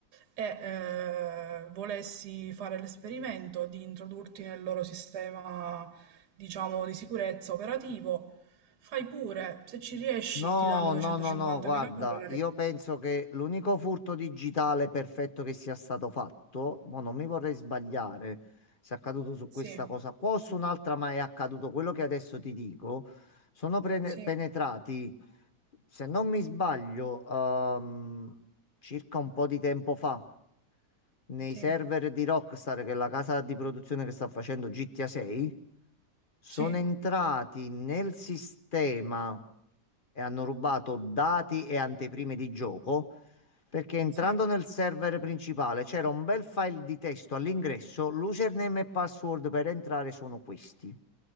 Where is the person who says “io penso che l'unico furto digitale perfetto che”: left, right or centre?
Left